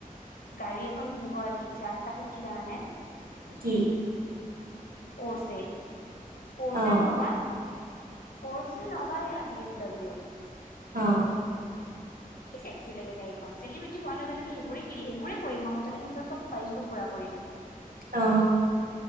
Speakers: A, on the left (about 80°); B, on the right (about 85°).
A: গাড়ী এখন কিনিবৰ ইচ্ছা আছে তাকো কি জানানে!
B: কি?
A: পঢ়ছে পঢ়ছে
B: অ
A: নহবা। পঢ়ছে নবাই বি এম ডব্লিউ।
B: অ
A: <inaudible> কি চেক্সি লাগে গাড়ীখন চেলিব্ৰেটি হোৱাৰ লগে লগে সেইবোৰে কিনি সেইবোৰে কৰিম মই মুঠতে নিজৰ চব খুুৱাহিচবোৰ পুৰা কৰিম।
B: অ